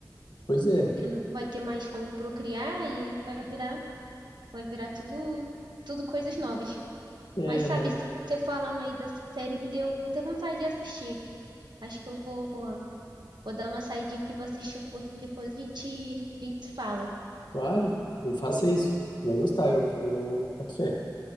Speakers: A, on the left; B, on the right.
A: Pois é,
B: Porque não vai ter mais como procriar e aí vai virar, vai virar tudo, tudo coisas novas.
A: é,
B: Mas sabe,
A: vai,
B: c- você falando aí dessa série me deu até vontade de assistir. Acho que eu vou, vou dar uma saidinha aqui, vou assistir um pouquinho, depois a gente, a gente se fala.
A: claro, eu faça isso. Você vai gostar, eu, eu boto fé.